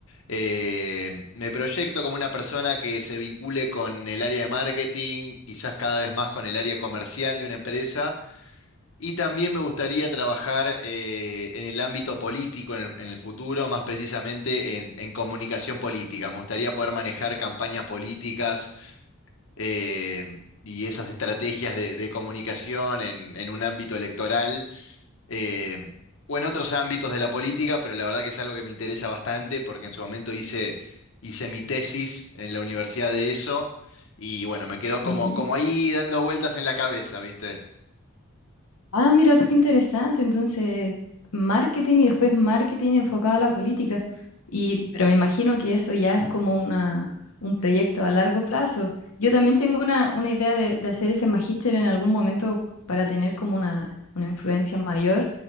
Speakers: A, on the left; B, on the left.
A: eh, me proyecto como una persona que se vincule con el área de marketing, quizás cada vez más con el área comercial de una empresa y también me gustaría trabajar eh, en el ámbito político en el, en el futuro, más precisamente en, en comunicación política. Me gustaría poder manejar campañas políticas eh, y esas estrategias de, de comunicación en, en un ámbito electoral eh, o en otros ámbitos de la política, pero la verdad que es algo que me interesa bastante porque en su momento hice, hice mi tesis en la universidad de eso y bueno, me quedó como,
B: ujú.
A: como ahí dando vueltas en la cabeza, ¿viste?
B: Ah, mira tú qué interesante. Entonces, marketing y después marketing enfocado a la política. Y, pero me imagino que eso ya es como una, un proyecto a largo plazo. Yo también tengo una, una idea de, de hacer ese magíster en algún momento para tener como una, una influencia mayor.